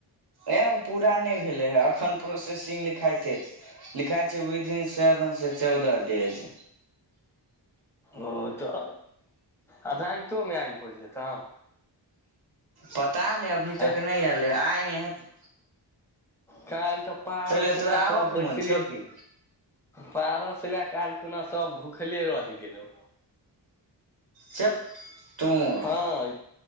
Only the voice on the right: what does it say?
ए ओ पूरा नहि भेलै हे एखन प्रोसेसिंग लिखाइते लिखाइ छै विदन सेवन से चौदह डेज
पता नहि अभी तक
नहि अयलै आइ नहि हेतै
पहिले तोरा
आबऽ
के
मोन छौ की
चुप तू